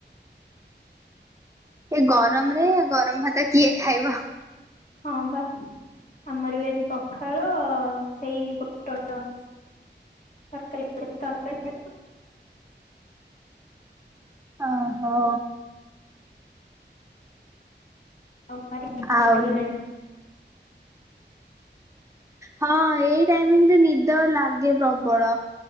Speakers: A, on the right; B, on the left.
A: ଏ ଗରମରେ ଗରମ ଭାତ କିଏ ଖାଇବ।
B: ହଁ ପା, ଆମରବି ଆଜି ପଖାଳ ସେଇ ପୋଟଳ ତରକାରୀ ତରକାରୀ
A: ଓହୋ।
B: <unintelligible>
A: ଆଉ
B: ଲାଗିଲା।
A: ହଁ ଏଇ ଟାଇମିଂ ରେ ନିଦ ଲାଗେ ପ୍ରବଳ।